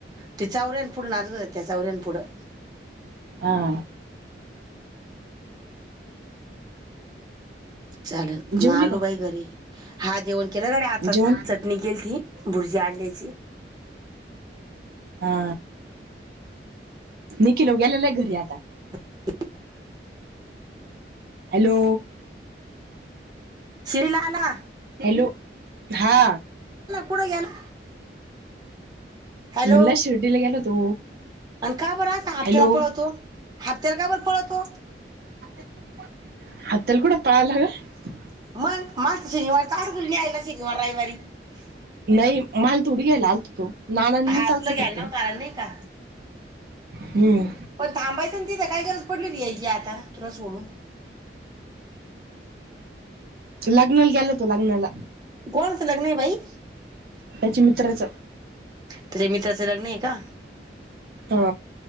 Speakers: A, on the right (about 25°); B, on the right (about 55°).
A: ते चौऱ्यान पुुढं नाचत होत्या चौऱ्यान पुुढं.
B: हा.
A: चालल म
B: जेवली
A: आलो
B: का
A: बाई घरी, हा जेवण केलय गड्या आताच
B: जेवण
A: चटणी केलती. बुर्जी अंड्याची.
B: हा. निखिल उग्यालालाय घरी आता.
A: <inaudible>
B: हॅलो.
A: श्रीला आला.
B: हॅलो. हा.
A: कुड गेला. हॅलो
B: म्हणला शिर्डीला गेला तो.
A: आणि का बरं असं आ
B: हॅलो
A: <unintelligible> पळतो. हप्त्याला का बर पळतो.
B: <unintelligible> कुठ पाळाला ग.
A: <inaudible> शनिवार <unintelligible> शनिवारी रविवारी. <inaudible>
B: नई माल थोडी घ्यायला आलतो. नाना
A: हा
B: न मी च
A: तुला
B: आलतो
A: घ्यायला
B: फक्त.
A: नव्हता आला नाही का?
B: हम्म.
A: पण थांबायच ना तिथ काय गरज पडली होती यायची आता तुला सोडून.
B: लग्नाला गेला तो लग्नाला.
A: कोणाच लग्न ए भाई.
B: त्याच्या मित्राच.
A: त्याच्या मित्राचं लग्न आहे का.
B: हा.